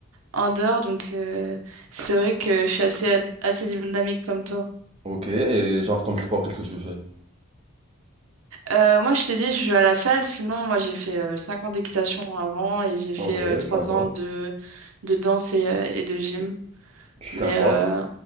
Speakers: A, on the right (about 70°); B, on the right (about 30°).
A: en dehors donc euh, c'est vrai que je suis assez, ad- assez dynamique comme toi.
B: Ok, et genre comme sport, qu'est-ce que tu fais?
A: Euh, moi, je t'ai dit, je vais à la salle. Sinon, moi, j'ai fait euh, 5 ans d'équitation avant et j'ai fait
B: Ok,
A: euh, 3
B: sympa.
A: ans de, de danse et, euh, et de gym.
B: Sympa.
A: Mais euh,